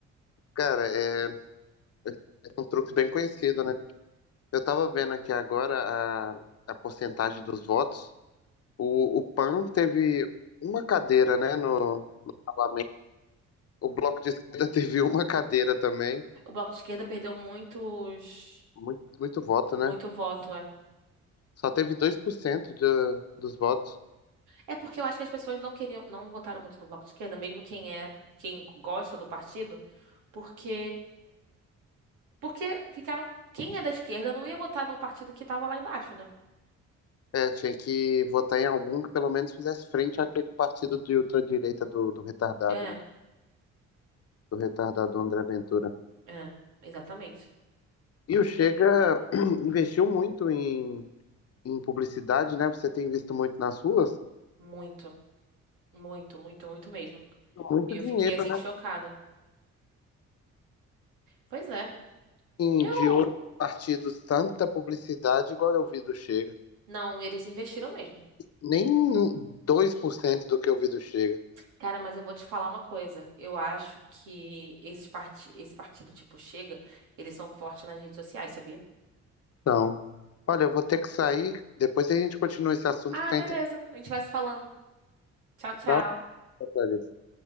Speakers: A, on the left; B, on the right.
A: Cara, é, é um truque bem conhecido, né? Eu tava vendo aqui agora a, a porcentagem dos votos. O, o PAN teve uma cadeira, né, no Parlamento. O Bloco de Esquerda <laughs> teve uma cadeira também.
B: O Bloco de Esquerda perdeu muitos,
A: Muito, muito voto,
B: muito
A: né?
B: voto, é.
A: Só teve 2% do, dos votos.
B: É porque eu acho que as pessoas não queriam, não votaram muito no Bloco de Esquerda, mesmo quem é, quem gosta do partido, porque porque ficaram, quem é da esquerda não ia votar no partido que tava lá embaixo, né?
A: É, tinha que votar em algum que pelo menos fizesse frente àquele partido de ultradireita do, do retardado,
B: É,
A: né? Do retardado André Ventura.
B: é, exatamente.
A: E o Chega <clears throat> investiu muito em, em publicidade, né? Você tem visto muito nas ruas.
B: Muito, muito, muito, muito mesmo.
A: Muito
B: Eu
A: dinheiro,
B: fiquei assim
A: né?
B: chocada. Pois é.
A: Em,
B: Eu
A: de outros partidos, tanta publicidade igual eu vi do Chega.
B: não, eles investiram mesmo.
A: Nem 2% do que eu vi do Chega.
B: Cara, mas eu vou te falar uma coisa. Eu acho que esses parti... esse partido tipo Chega, eles são fortes nas redes sociais, sabia?
A: Então, olha, eu vou ter que sair. Depois a gente continua esse assunto
B: Ah,
A: que tá
B: beleza.
A: interessante,
B: A gente vai se falando. Tchau, tchau.
A: tá? apareceu